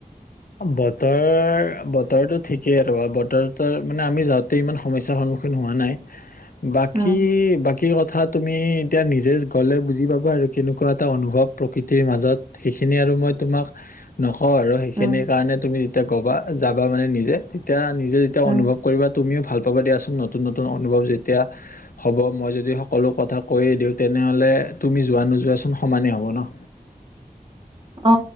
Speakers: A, on the left (about 75°); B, on the right (about 35°).
A: বতৰ, বতৰটো ঠিকেই আৰু বতৰটো মানে, আমি যাওঁতে ইমান সমস্যাৰ সন্মুখীন হোৱা নাই। বাকী-বাকী
B: উম
A: কথাত তুমি এতিয়া নিজে গ'লে বুজি পাবা আৰু কেনেকুৱা এটা অনুভৱ প্ৰকৃতিৰ মাজত, সেইখিনি আৰু মই তোমাক নকওঁ আৰু। সেইখিনি
B: উম
A: কাৰণে তুমি তেতিয়া কবা যাবা মানে নিজে তেতিয়া নিজে যেতিয়া
B: উম
A: অনুভৱ কৰিবা তুমিও ভাল হ'ব দিয়াচোন নতুন নতুন অনুভৱ যেতিয়া হ'ব মই যদি সকলো কথা কৈয়ে দিওঁ তেনেহ'লে তুমি যোৱা নোযোৱাচোন সমানেই হ'ব ন।
B: অ